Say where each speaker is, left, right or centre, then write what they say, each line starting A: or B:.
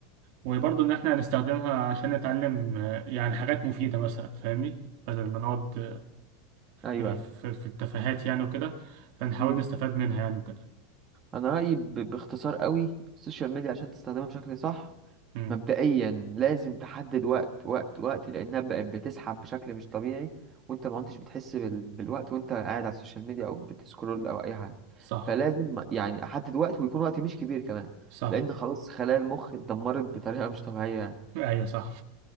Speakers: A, on the right; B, on the right.
A: وبرضه إن إحنا هنستخدمها عشان نتعلم آه، يعني حاجات مفيدة مثلا فاهمني بدل ما نقعد
B: ايوه
A: آه، في في التفاهات يعني وكده فنحاول
B: ايوه
A: نستفاد منها يعني وكده
B: انا رايي ب- باختصار قوي السوشيال ميديا عشان تستخدمها بشكل صح
A: امم
B: مبدئيا لازم تحدد وقت وقت وقت لانها بقت بتسحب بشكل مش طبيعي وانت ما عدتش بتحس بال... بالوقت وانت قاعد على السوشيال ميديا او بتسكرول او اي حاجه
A: صح
B: فلازم يعني احدد وقت ويكون وقت مش كبير كمان
A: صح
B: لان خلاص خلايا المخ اتدمرت بطريقه مش طبيعيه يعني
A: <laughs> أيوه صح